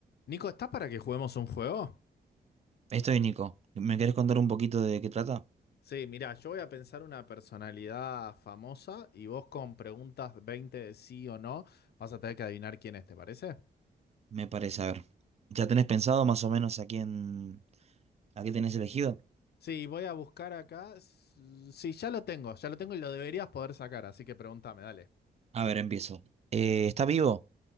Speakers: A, on the left (about 75°); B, on the right (about 40°).
A: Nico, ¿estás para que juguemos un juego?
B: Estoy Nico. ¿Me querés contar un poquito de qué trata?
A: Sí, mirá, yo voy a pensar una personalidad famosa y vos con preguntas 20 de sí o no vas a tener que adivinar quién es, ¿te parece?
B: Me parece, a ver. ¿Ya tenés pensado más o menos a quién, a qué tenés elegido?
A: Sí, voy a buscar acá. S- Sí, ya lo tengo, ya lo tengo y lo deberías poder sacar, así que pregúntame, dale.
B: A ver, empiezo. Eh, ¿está vivo?